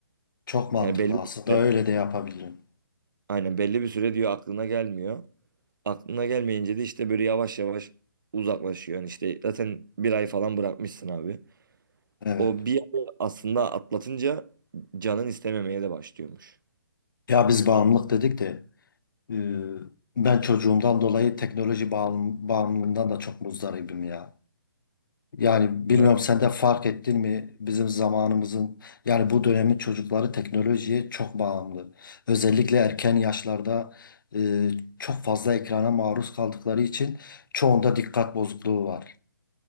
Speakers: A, on the left; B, on the right.
A: Çok mantıklı.
B: Yani belli
A: Aslında
B: bir süre
A: öyle de yapabilirim.
B: aynen belli bir süre diyor aklına gelmiyor. Aklına gelmeyince de işte böyle yavaş yavaş uzaklaşıyor. Yani işte zaten bir ay falan bırakmışsın abi.
A: Evet.
B: O bir ayı aslında atlatınca canın istememeye de başlıyormuş.
A: Ya biz bağımlılık dedik de e, ben çocuğumdan dolayı teknoloji bağım- bağımlılığından da çok muzdaribim ya. Yani bilmiyorum
B: Na-
A: sen de fark ettin mi bizim zamanımızın yani bu dönemin çocukları teknolojiye çok bağımlı. Özellikle erken yaşlarda e, çok fazla ekrana maruz kaldıkları için çoğunda dikkat bozukluğu var.